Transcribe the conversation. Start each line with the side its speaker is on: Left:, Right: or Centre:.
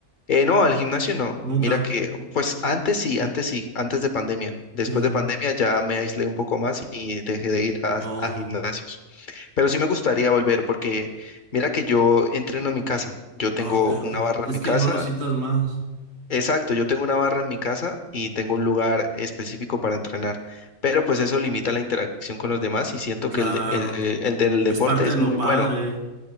Left: Eh, no, al gimnasio no. Mira
Right: Nunca.
Left: que, pues antes sí, antes sí, antes de pandemia. Después
Right: Mm.
Left: de pandemia ya me aislé un poco más y dejé de ir a,
Right: Oh,
Left: a gimnasios. Pero sí me gustaría volver porque mira que yo entreno en mi casa. Yo tengo
Right: ah, ok, ok.
Left: una barra
Right: Es
Left: en mi
Right: que
Left: casa.
Right: no necesitas más.
Left: Exacto, yo tengo una barra en mi casa y tengo un lugar específico para entrenar. Pero pues eso limita la interacción con los demás y siento
Right: Claro.
Left: que el, de- el, eh, el del deporte
Right: Es parte
Left: es
Right: de lo
Left: muy
Right: padre.
Left: bueno.